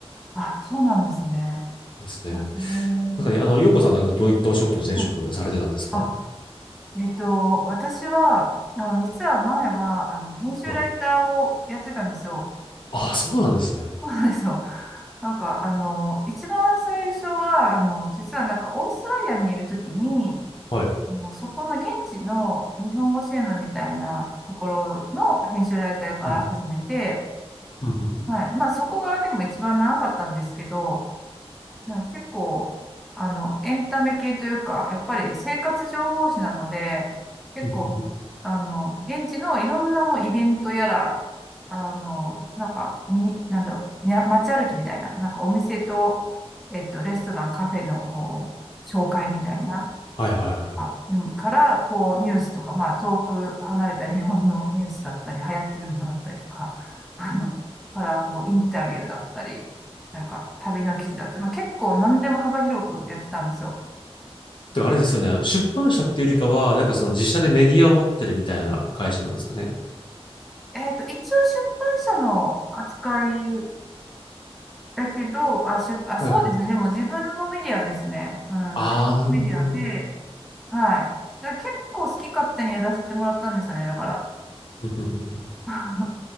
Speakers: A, in the centre; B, on the left.
A: あ、そうなんですね。
B: ですね。
A: あ、うん
B: なんかね、あの、ようこさんなんかどういったお仕事を前職されてたんですか
A: はいあえっと、私は、あの、実は前は、あの、編集ライターをやってたんですよ。
B: はい。ああ、そうなんですね。
A: そうなんですよ。なんか、あの、一番最初は、あの、実はなんか、オーストラリアにいるときに、
B: はい。
A: あのそこの現地の日本語新聞みたいなところの編集ライターから始めて、
B: うん。うんうんうん
A: はい。まあそこがでも一番長かったんですけど、はい結構、あの、エンタメ系というか、やっぱり生活情報誌なので、結構、
B: うんうん
A: あの、現地のいろんなもうイベントやら、あの、なんか、み、なんだろう、ね街歩きみたいな、なんかお店と、えっと、レストラン、カフェの、こう、紹介みたいな、
B: はいはいはい。
A: あ、うん、から、こう、ニュースとか、まあ、遠く離れた日本のニュースだったり、流行ってるものだったりとか、あの、から、こう、インタビューだったり、なんか、旅の記事だったり、まあ結構何でも幅広くやってたんですよ。
B: てかあれですよね。出版社っていうよりかは、なんかその自社でメディアを持ってるみたいな会社なんですかね。
A: えっと、一応出版社の扱いだけど、あ、出版、あ、
B: はい。
A: そうですね。でも自分のメディアですね。うん、
B: ああ、
A: 自分のメディアで、
B: なるほど、なるほど。
A: はい。だから結構好き勝手にやらせてもらったんですよね、だから。
B: うんうんうん
A: <laughs>